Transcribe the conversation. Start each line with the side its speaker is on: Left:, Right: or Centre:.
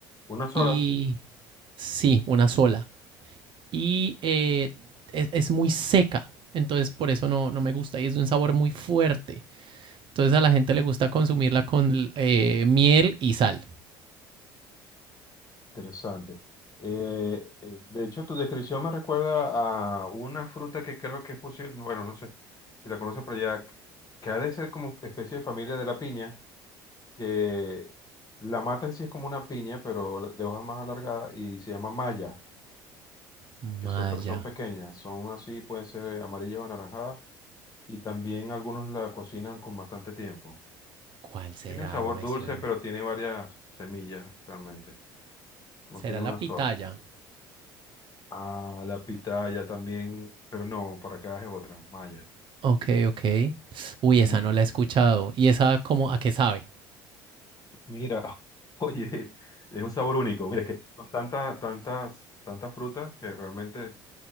Left: Una sola.
Right: Y sí, una sola. Y eh, es, es muy seca. Entonces por eso no, no me gusta y es de un sabor muy fuerte. Entonces a la gente le gusta consumirla con eh, miel y sal.
Left: Interesante. Eh, eh, de hecho, tu descripción me recuerda a una fruta que creo que es posible, bueno, no sé si la conocen por allá, que ha de ser como especie de familia de la piña, que la mata en sí es como una piña, pero de hojas más alargadas y se llama malla,
Right: Maya.
Left: que son, pero son pequeñas, son así, pueden ser amarillas o anaranjadas, y también algunos la cocinan con bastante tiempo.
Right: ¿Cuál será?
Left: Tiene un sabor
Right: No me
Left: dulce,
Right: suena.
Left: pero tiene varias semillas realmente, no
Right: ¿Será
Left: tiene
Right: la
Left: una
Right: pitaya?
Left: sola. Ah, la pitaya también, pero no, para acá es otra, maya.
Right: Ok, ok. Uy, esa
Left: Sí,
Right: no la he escuchado. ¿Y esa como a qué sabe?
Left: mira, <laughs> oye, es un sabor único. Mira, es que son tantas, tantas, tantas frutas que realmente